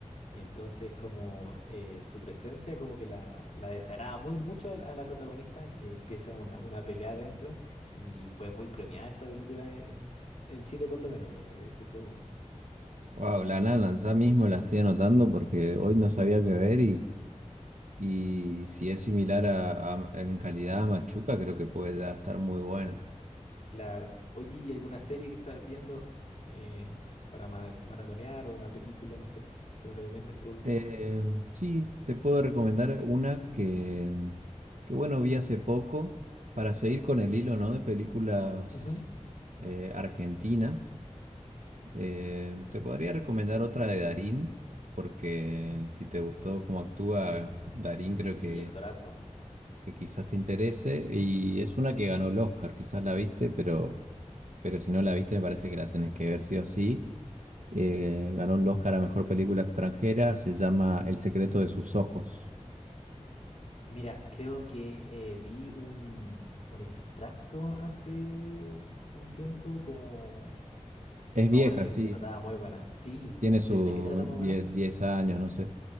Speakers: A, on the left; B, on the right.
A: Y entonces como eh, su presencia como que la, la desagrada muy mucho a, la a la protagonista y empieza una, una pelea adentro y fue muy premiada esta película en, en Chile por lo menos, eh, es súper buena.
B: Wow, La Nana, ya mismo la estoy anotando porque hoy no sabía qué ver y, y si es similar a, a- en calidad a Machuca, creo que puede ya estar muy buena.
A: Claro. Oye, ¿y alguna serie que estás viendo eh, para mara- maratonear o una película, no sé, que me recomiendes por último?
B: Eh, sí, te puedo recomendar una que, mm, que, bueno, vi hace poco para seguir con el hilo, ¿no? De películas
A: Ujú.
B: eh, argentinas. Eh, te podría recomendar otra de Darín, porque si te gustó cómo actúa Darín, creo
A: Sí,
B: que,
A: actorazo.
B: que quizás te interese. Y es una que ganó el Oscar, quizás la viste, pero, pero si no la viste, me parece que la tenés que ver sí o sí. Eh, ganó el Oscar a Mejor Película Extranjera, se llama El secreto de sus ojos.
A: Mira, creo que eh, vi un, un extracto hace un tiempo como...
B: Es
A: No,
B: vieja,
A: ese
B: sí,
A: se se notaba muy buena. Sí,
B: tiene sus
A: ¿de, de qué trata más o
B: 10,
A: menos?
B: 10 años, no sé.